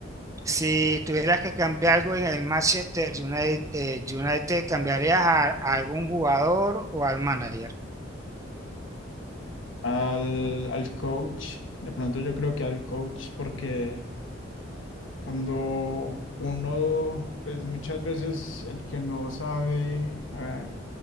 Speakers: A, on the right; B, on the left.
A: Si tuvieras que cambiar algo en el Manchester United, eh, United, ¿cambiarías a, a algún jugador o al manager?
B: Al, al coach. De pronto yo creo que al coach, porque cuando uno, pues muchas veces el que no sabe ah,